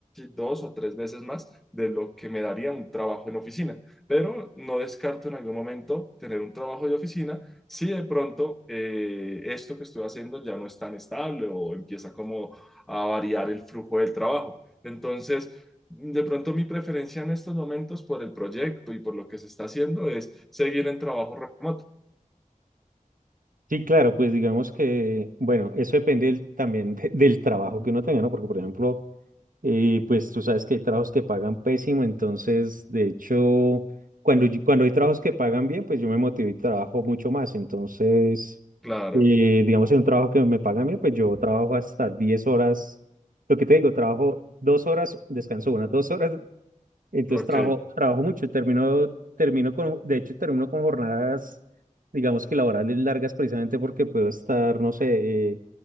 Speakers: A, in the centre; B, on the right.
A: dos o tres veces más de lo que me daría un trabajo en oficina, pero no descarto en algún momento tener un trabajo de oficina si de pronto eh, esto que estoy haciendo ya no es tan estable o empieza como a variar el flujo del trabajo. Entonces, de pronto mi preferencia en estos momentos por el proyecto y por lo que se está haciendo es seguir en trabajo remoto.
B: Sí, claro, pues digamos que, bueno, eso depende del- también de- del trabajo que uno tenga, ¿no? Porque, por ejemplo, Y pues tú sabes que hay trabajos que pagan pésimo, entonces de hecho, cuando, yo- cuando hay trabajos que pagan bien, pues yo me motivo y trabajo mucho más. Entonces,
A: Claro,
B: eh, digamos, en un trabajo que me pagan bien, pues yo trabajo hasta 10 horas. Lo que te digo, trabajo dos horas, descanso unas dos horas. Entonces
A: ok,
B: trabajo, trabajo mucho, termino, termino con, de hecho, termino con jornadas, digamos que laborales largas precisamente porque puedo estar, no sé, eh,